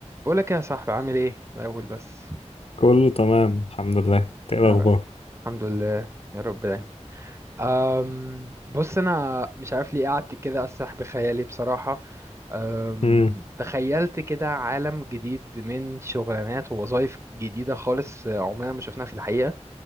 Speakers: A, on the right; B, on the left.
A: بقولك يا صاحبي عامل ايه الأول بس
B: كله تمام الحمد لله إنت ايه الاخبار
A: يا رب الحمد لله يا رب دايما أم بص أنا مش عارف ليه قعدت كده أسرح بخيالي بصراحة أم
B: امم
A: تخيلت كده عالم جديد من شغلانات ووظائف جديدة خالص آه، عمرنا ما شفناها في الحقيقة